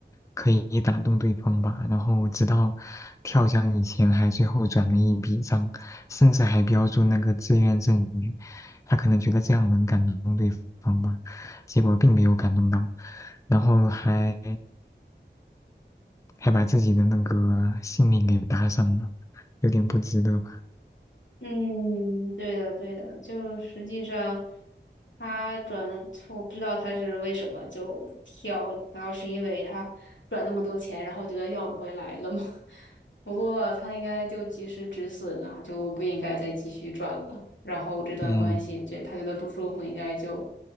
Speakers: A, on the left (about 15°); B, on the left (about 80°).
A: 可以打动对方吧，然后直到跳江以前还最后转了一笔账，甚至还标注那个自愿赠与，他可能觉得这样能感动对方吧，结果并没有感动到，然后还还把自己的那个性命给搭上了，有点不值得吧？
B: 嗯，对的，对的，就实际上他转的，我不知道他是为什么就跳，难道是因为他转那么多钱，然后觉得要不回来了吗？<laughs> 不过他应该就及时止损啊，就不应该再继续转了。然后这段关系，
A: 嗯，
B: 这他觉得不舒服，应该就